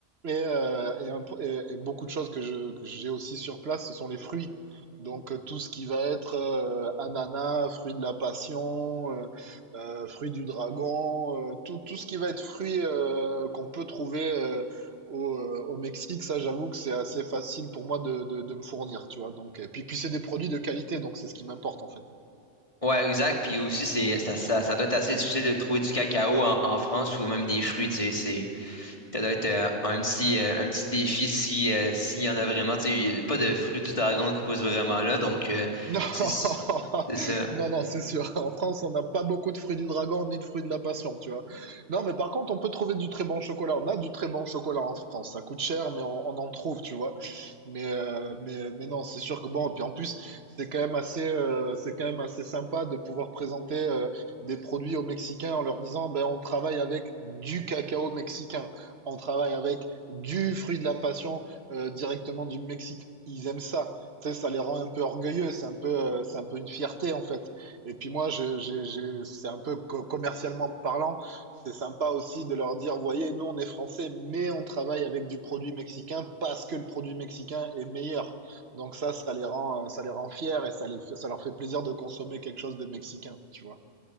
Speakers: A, on the right; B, on the left.
A: Et, euh, et, un- et- et beaucoup de choses que je, que j'ai aussi sur place, ce sont les fruits. Donc euh, tout ce qui va être euh, ananas, fruit de la passion, euh, euh, fruit du dragon, euh, tout, tout ce qui va être fruit euh, qu'on peut trouver euh, au, euh, au Mexique, ça j'avoue que c'est assez facile pour moi de, de, de me fournir, tu vois. Donc, et puis, puis c'est des produits de qualité, donc c'est ce qui m'importe en fait.
B: Ouais, exact. Puis aussi, c'est, ça, ça, ça doit être assez difficile de trouver du cacao en, en France ou même des fruits, tu sais, c'est... Ça doit être euh, un petit, euh, un petit défi si, euh, s'il y en a vraiment. Tu sais, il y a pas de fruit du dragon qui pousse vraiment là. Donc, euh,
A: Non, <laughs>
B: c'est c'est ça.
A: non, non, c'est sûr. En France, on n'a pas beaucoup de fruits du dragon ni de fruits de la passion, tu vois. Non, mais par contre, on peut trouver du très bon chocolat. On a du très bon chocolat en France. Ça coûte cher, mais on, on en trouve, tu vois. Mais, euh, mais, mais non, c'est sûr que bon. Et puis en plus, c'est quand même assez, euh, c'est quand même assez sympa de pouvoir présenter euh, des produits aux Mexicains en leur disant, ben, on travaille avec du cacao mexicain. On travaille avec du fruit de la passion euh, directement du Mexique. Ils aiment ça tu sais, ça les rend un peu orgueilleux, c'est un peu, euh, c'est un peu une fierté en fait. Et puis moi, je, je, je- c'est un peu co- commercialement parlant, c'est sympa aussi de leur dire, voyez, nous on est français, mais on travaille avec du produit mexicain parce que le produit mexicain est meilleur. Donc ça, ça les rend, euh, ça les rend fiers et ça les, fait- ça leur fait plaisir de consommer quelque chose de mexicain, tu vois.